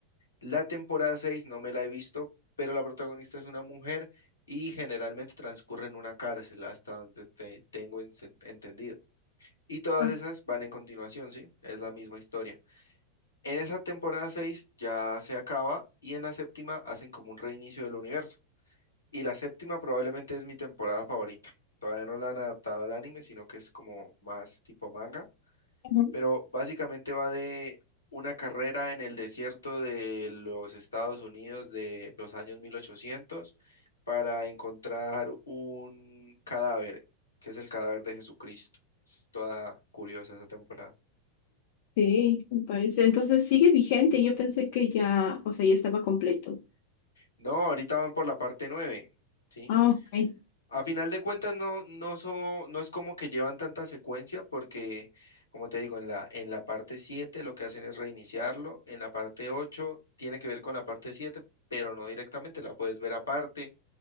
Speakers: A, on the left (about 75°); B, on the left (about 50°).
A: La temporada 6 no me la he visto, pero la protagonista es una mujer y generalmente transcurre en una cárcel, hasta donde te tengo ense- entendido. Y todas
B: Ah,
A: esas van en continuación, ¿sí? Es la misma historia. En esa temporada 6 ya se acaba y en la séptima hacen como un reinicio del universo. Y la séptima probablemente es mi temporada favorita. Todavía no la han adaptado al anime, sino que es como más tipo manga
B: ujú.
A: pero básicamente va de una carrera en el desierto de los Estados Unidos de los años 1800 para encontrar un cadáver, que es el cadáver de Jesucristo. Es toda curiosa esa temporada.
B: Sí, me parece. Entonces sigue vigente. Yo pensé que ya, o sea, ya estaba completo.
A: No, ahorita van por la parte 9, ¿sí?
B: Ah, ok.
A: A final de cuentas no, no, so- no es como que llevan tanta secuencia porque, como te digo, en la, en la parte 7 lo que hacen es reiniciarlo, en la parte 8 tiene que ver con la parte 7 pero no directamente, la puedes ver aparte